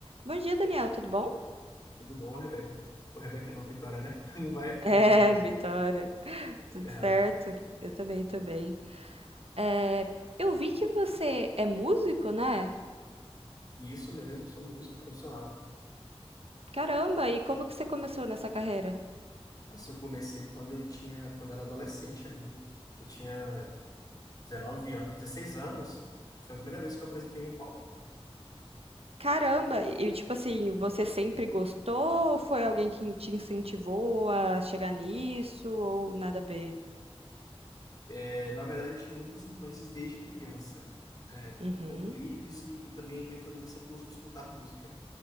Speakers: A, on the right; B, on the left.
A: Bom dia, Daniel, tudo bom?
B: Tudo bom, Rebeca? Ô, Rebeca não, Vitória, né? <laughs> Como vai, como
A: É,
B: vai, Vitória?
A: Vitória, tudo
B: Tá Errado.
A: certo? Eu também, também. É, eu vi que você é músico, né?
B: E isso mesmo, sou músico profissional.
A: Caramba, e como que você começou nessa carreira?
B: Nossa, eu comecei quando eu tinha, quando eu era adolescente ainda. Eu tinha 19 anos, 16 anos. Foi a primeira vez que eu apresentei em um palco.
A: Caramba, e tipo assim, você sempre gostou? Ou Foi alguém que te incentivou a chegar nisso ou nada a ver?
B: É, na verdade, eu tive muitas influências desde criança. É, tanto
A: Uhum.
B: com clipes e, e também minha família sempre gostou de escutar música.